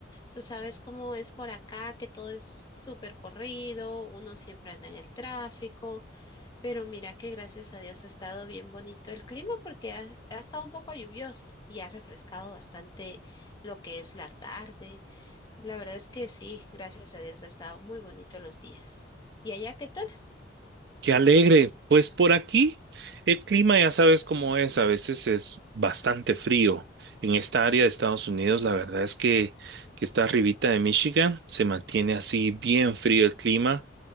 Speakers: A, on the left; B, on the right.
A: Tú sabes cómo es por acá, que todo es súper corrido, uno siempre anda en el tráfico. Pero mira que gracias a Dios ha estado bien bonito el clima porque ha, ha estado un poco lluvioso y ha refrescado bastante lo que es la tarde. La verdad es que sí, gracias a Dios ha estado muy bonito los días. ¿Y allá qué tal?
B: Qué alegre. Pues por aquí el clima ya sabes cómo es, a veces es bastante frío. En esta área de Estados Unidos, la verdad es que, que está arribita de Michigan, se mantiene así bien frío el clima.